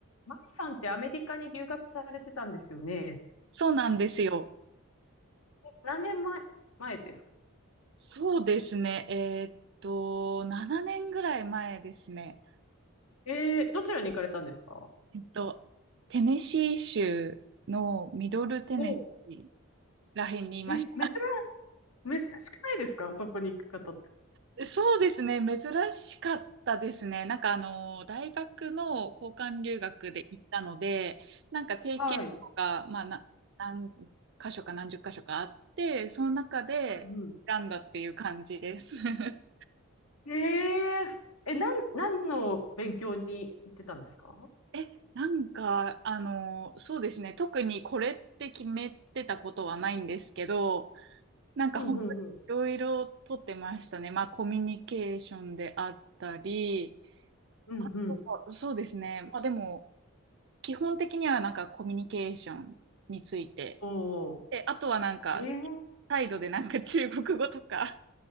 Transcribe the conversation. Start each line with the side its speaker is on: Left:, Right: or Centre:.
Left: マキさんってアメリカに留学されてたんですよね。
Right: そうなんですよ。
Left: 何年前、前ですか
Right: そうですね。えーっと、7年ぐらい前ですね。
Left: ええ、どちらに行かれたんですか
Right: えっと、テネシー州のミドルテネシー
Left: おう。
Right: らへんにいまし
Left: え、珍、珍しくないですかそこに行く方って。
Right: た。そうですね。珍しかったですね。なんかあの、大学の交換留学で行ったので、なんか定期とか、
Left: はい。
Right: まあ、な、何箇所か何十箇所かあって、その中で選んだっていう感じです。
Left: うん
Right: <laughs>
Left: うん。えー、え、なん、何の勉強に行ってたんですか
Right: え、なんか、あの、そうですね。特にこれって決めてたことはないんですけど、なんか本当にいろいろとってましたね。
Left: うんうんうん。
Right: まあコミュニケーションであったり、
Left: うんうん。
Right: あとは、そうですね。まあでも、基本的にはなんかコミュニケーションについて。
Left: おー。
Right: で、あとはなんか、
Left: ええ。
Right: サイドでなんか中国語とか、